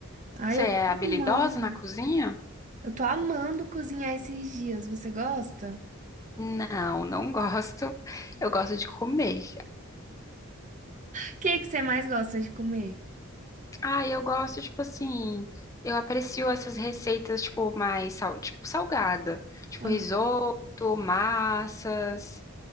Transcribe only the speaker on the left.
Você
é
habilidosa
na cozinha?
Não, não <laughs> gosto. Eu gosto de comer.
Ah, eu gosto, tipo assim. Eu aprecio essas receitas, tipo, mais sal... tipo, salgada. Tipo,
risoto, massas.